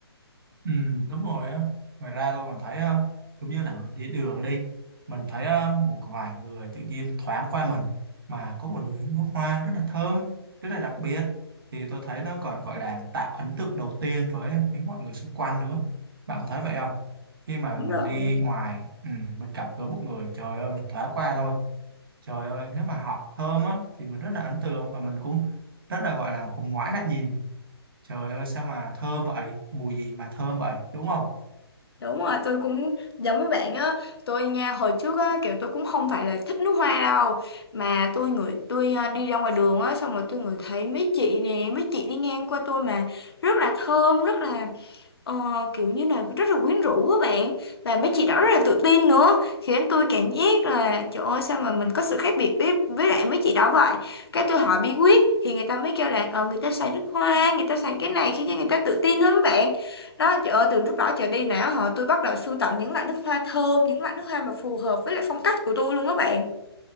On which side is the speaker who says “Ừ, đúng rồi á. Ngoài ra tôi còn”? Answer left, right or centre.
Right